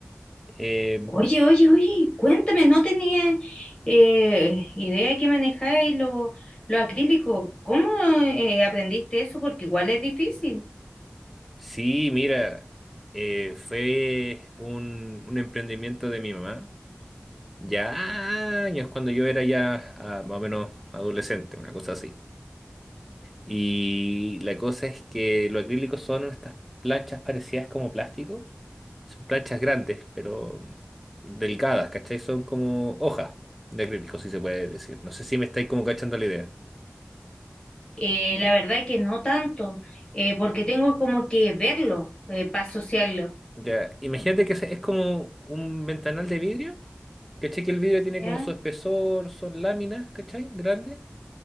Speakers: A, in the centre; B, on the left.
A: Eh,
B: Oye, oye, oye, cuéntame, no tenía eh, idea que manejáis lo, lo acrílico. ¿Cómo eh, aprendiste eso? Porque igual es difícil.
A: sí, mira, eh, fue un, un emprendimiento de mi mamá, ya años cuando yo era ya ah, más o menos adolescente, una cosa así. Y la cosa es que los acrílicos son estas planchas parecidas como plástico Son planchas grandes, pero delgadas, ¿cachai? Son como hojas de acrílico, si se puede decir. No sé si me estáis como cachando la idea.
B: Eh, la verdad que no tanto, eh, porque tengo como que verlo eh, para asociarlo.
A: Ya, imagínate que se- es como un ventanal de vidrio, ¿cachai? Que el vidrio tiene
B: ¿Ya?
A: como su espesor, son láminas, ¿cachai? Grandes,